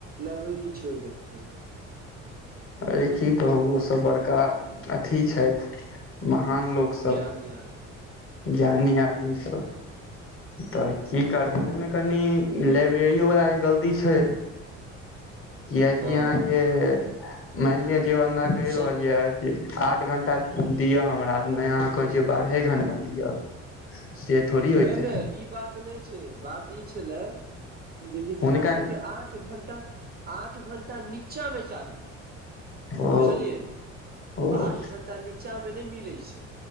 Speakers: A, on the right; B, on the left.
A: लाइब्रेरी छोड़ि द छै
B: अरे की कहू ओ सब बड़का अथी छथि महान लोक सब
A: ज्ञानी आद
B: ज्ञानी आदमी सब तऽ की करथिन ओहिमे कनि लाइब्रेरियो वला के गलती छै कियकि
A: हँ
B: अहाँ के मान लिअ जे ओहिना कहि
A: स
B: रहल ये जे आठ घंटा दिअ हमरा नहि अहाँ कहै छियै बारहे घण्टा दिअ से थोड़ी होयते
A: नहि नहि ई बात नहि छै बात ई छेलै जे हिनका
B: हुनका
A: सभके आठ घंटा आठ घण्टा नीचाँमे चाही
B: ओ
A: बुझलियै
B: ओ
A: आठ घंटा घंटा नीचा मे नहि मिलै छै